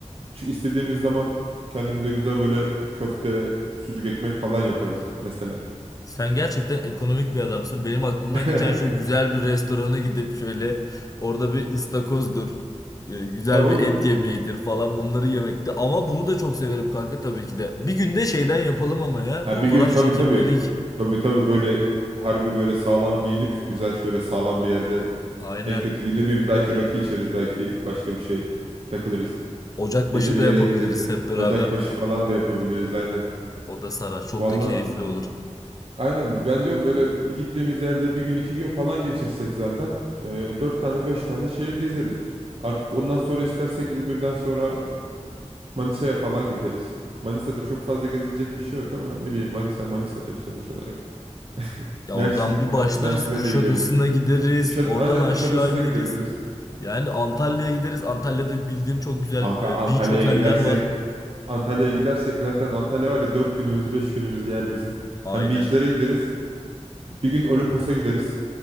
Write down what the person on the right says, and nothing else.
Çünkü istediğimiz zaman kendimize güzel böyle köfte, sucuk ekmek falan yaparız mesela.
<laughs>
Ya oğlum
o-
ha
bir gün tabii
tabii tabii tabii böyle harbi böyle sağlam giyinip güzel şöyle sağlam bir yerde
en kötü ne bileyim belki rakı içeriz belki başka bir şey takılırız.
Gece bir
yere
gidebiliriz.
Ocakbaşı falan da yapabiliriz aynen.
Valla
Aynen ben diyorum böyle bir gittiğimiz yerde bir gün iki gün falan geçirsek zaten e, dört tane beş tane şehir gezeriz. Artık ondan sonra istersek İzmir'den sonra e, Manisa'ya falan gideriz. Manisa'da çok fazla gezilecek bir şey yok ama ne bileyim Manisa Manisa'dır sonuç olarak. <laughs>
Mersin
Me- Mersin'e
de gidebiliriz.
Kuşa-
aynen
Kuşadası'na
gidebiliriz.
Kanka
Antalya'ya
gidersek
Antalya'ya gidersek zaten Antalya var ya dört günümüzü beş günümüzü yer bizim.
Hem beachlere gideriz Bir gün Olimpos'a gideriz.